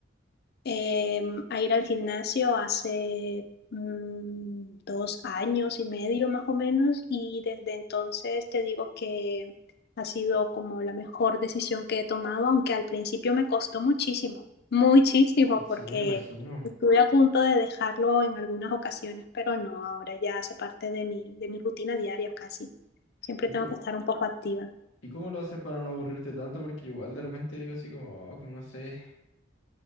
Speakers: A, on the left (about 55°); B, on the left (about 80°).
A: eh, a ir al gimnasio hace mm, dos años y medio más o menos y desde entonces te digo que ha sido como la mejor decisión que he tomado, aunque al principio me costó muchísimo, <laughs> muchísimo,
B: Sí,
A: porque
B: me imagino.
A: estuve a punto de dejarlo en algunas ocasiones, pero no, ahora ya hace parte de mi, de mi rutina diaria casi. Siempre
B: ¿Y,
A: tengo
B: co-
A: que estar un poco activa.
B: y cómo lo haces para no aburrirte tanto? Porque yo igual de repente digo así como, "Oh, como no sé.